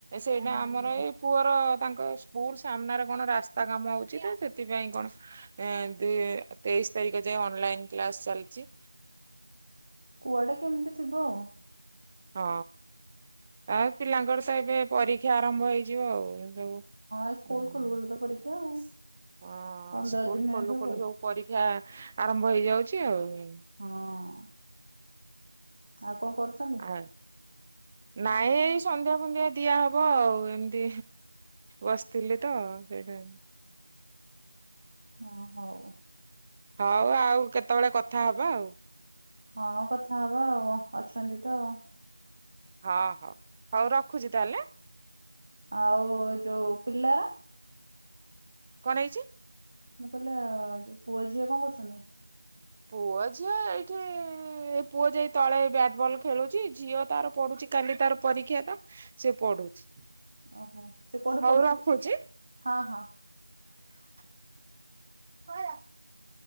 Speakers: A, on the right; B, on the right.
A: ସେଇଟା
B: ହୁଁ
A: ଆମର ଏଇ ପୁଅର ତାଙ୍କ ସ୍କୁଲ ସାମ୍ନାରେ କଣ ରାସ୍ତା କାମ ହଉଛି ତ ସେଥିପାଇଁ କଣ, ଏ ଦ ତେଇଶି ତାରିଖ ଯାଏ, ଅନଲାଇନ କ୍ଲାସ ଚାଲିଛିଁ।
B: କୁଆଡେ କେମିତି ଥିବ ଆଉ।
A: ହଁ ଆଉ ପିଲାଙ୍କର ତ ଏବେ ପରୀକ୍ଷା ଆରମ୍ଭ ହେଇଯିବ ଆଉ। ହଁ ହଁ
B: ଏ ସ୍କୁଲ
A: ହଁ
B: ଖୋଲୁ ଖୋଲୁ ତ ପରୀକ୍ଷା ଆଉ ପନ୍ଦର
A: ସ୍କୁଲ
B: ଦିନ ହେଇନଥିବ
A: ଖୋଲୁ ଖୋଲୁ ସବୁ ପରୀକ୍ଷା। ଆରମ୍ଭ ହେଇଯାଉଛି ଆଉ।
B: ହଁ-ଅ -ଅ ତାପ୍ କଣ କରୁଛନ୍ତି?
A: ଆ ନାଇଁ ଏଇ ସନ୍ଧ୍ୟା ଫନ୍ଦ୍ୟା ଦିଆହବ ଆଉ ଏମିତି ବସିଥିଲି ତ, ସେଇଟା।
B: ହଁ ହଉ।
A: ହଉ ଆଉ କେତେବେଳେ କଥା ହବା ଆଉ।
B: ହଁ କଥା ହବା ଆଉ। ଅଛନ୍ତି ତ।
A: ହଁ ହଉ, ହଉ ରଖୁଛି ତାହେଲେ।
B: ଆଉ ଯୋଉ ପିଲାର?
A: କଣ ହେଇଛି?
B: ମୁଁ କହିଲେ ପୁଅ ଝିଅ କଣ କରୁଛନ୍ତି।
A: ପୁଅ ଝିଅ ଏଇଠି ଏ ପୁଅ ଯାଇ ତଳେ ବ୍ୟାଟବଲ ଖେଳୁଛି ଝିଅ ତାର ପଢୁଛି କାଲି ତାର ପରୀକ୍ଷା ତ ସେ ପଢୁଛି।
B: ଓହୋ ସେ କୋଉଠି ପଢୁଛି
A: ହଉ ରଖୁଛି।
B: ହଁ ହଁ।
A: ହ।